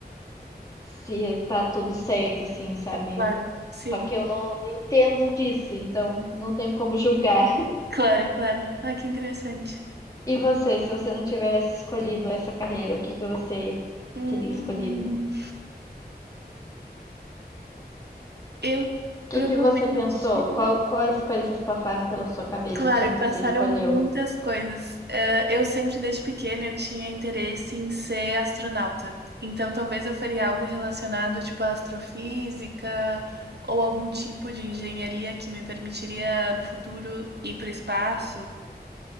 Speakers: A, on the left; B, on the right.
A: se tá tudo certo, assim, sabe?
B: Claro,
A: Eu-
B: sim.
A: Só que eu não entendo disso, então não tenho como julgar.
B: Claro, claro. Ah, que interessante.
A: E você, se você não tivesse escolhido essa carreira, o que que você
B: Hum,
A: teria escolhido? O
B: eu
A: que
B: provavelmente.
A: que você pensou? Qual- quais coisas passaram pela sua cabeça
B: Claro,
A: quando você
B: passaram
A: escolheu?
B: muitas coisas. Eh, eu sempre, desde pequena, eu tinha interesse em ser astronauta. Então, talvez eu faria algo relacionado, tipo, à astrofísica ou algum tipo de engenharia que me permitiria, no futuro, ir para o espaço.